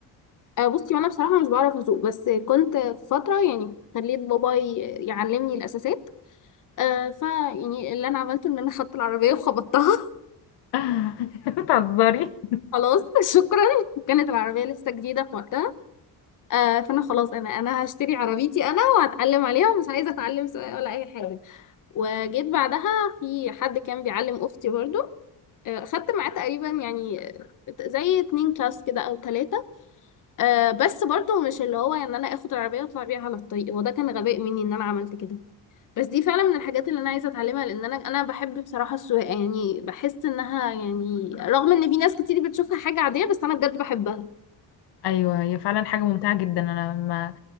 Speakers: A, on the left; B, on the left.
A: آه، بصي انا بصراحة مش بعرف اسوق بس كنت في فترة يعني خليت بابا ي- يعلمني الاساسات آه، ف يعني اللي انا عملته ان انا خدت العربية وخبطتها <laughs>
B: <laughs> بتهزري
A: خلاص شكرا كانت العربية لسه جديدة في وقتها آه، فانا خلاص انا انا هشتري عربيتي انا وهتعلم عليها ومش عايزة اتعلم سواقة ولا اي حاجة وجيت بعدها في حد كان بيعلم اختي برضو آه، خدت معاه تقريبا يعني آه، زي اتنين كلاس كده او تلاتة آه، بس برضو مش اللي هو ان انا اخد العربية واطلع بيها على الطريق وده كان غباء مني ان انا عملت كده بس دي فعلا من الحاجات اللي انا عايزة اتعلمها لان انا انا بحب بصراحة السواقة يعني بحس انها يعني رغم ان في ناس كتير بتشوفها حاجة عادية بس انا بجد بحبها
B: ايوه هي فعلا حاجه ممتعه جدا انا لما